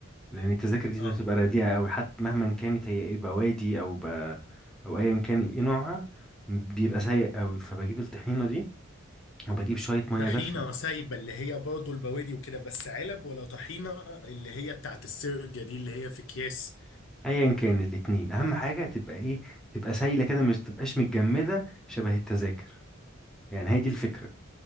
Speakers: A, in the centre; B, on the left (about 60°).
A: لان التذاكر دي
B: اه
A: بتبقى رديئه قوي حتى مهما كانت هي ايه بوادي او ب... او ايا كان ايه نوعها بيبقى
B: مم.
A: سيء قوي فبجيب الطحينه دي وبجيب شويه ميه
B: طحينة
A: دافيه
B: سايبة اللي هي برضه البوادي وكده بس علب ولا طحينة اللي هي بتاعت السرجة دي اللي هي في أكياس
A: ايا كان الاتنين اهم حاجه تبقى ايه تبقى سايله كده مش تبقاش متجمده شبه التذاكر يعني هي دي
B: امم
A: الفكره